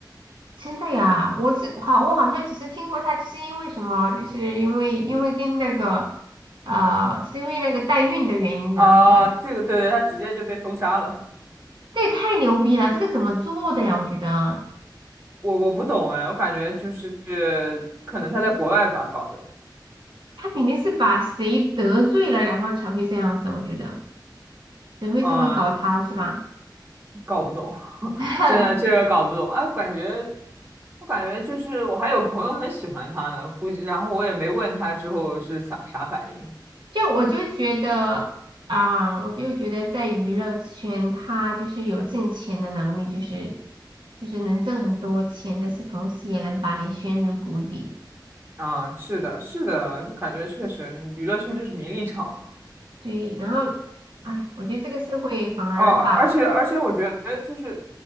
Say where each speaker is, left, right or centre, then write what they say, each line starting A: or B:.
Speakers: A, on the right; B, on the right.
A: 真的呀，我只好我好像只是听过他，就是因为什么，就是因为因为跟那个呃，是因为那个代孕的原因，
B: 啊，
A: 然后才，
B: 这个对对，她直接就被封杀了。
A: 这也太牛逼了，这个怎么做的呀？我觉得
B: 我我不懂哎，我感觉就是可能他在国外吧搞的，
A: 他肯定是把谁得罪了，然后才会这样子，我觉得谁会这么搞他是吧？
B: 嗯，搞不懂，<laughs>
A: <laughs>
B: 真的这个搞不懂。哎，感觉我感觉就是我还有朋友很喜欢他呢，估计然后我也没问他之后是啥啥反应。
A: 就我就觉得啊、我就觉得在娱乐圈，他就是有挣钱的能力，就是就是能挣很多钱，但是同时也能把你陷入谷底。
B: 啊，是的，是的，就感觉确实娱乐圈就是名利场嘛。
A: 对，然后，哎，我觉得这个社会反而把，
B: 哦，而且而且，我觉得就是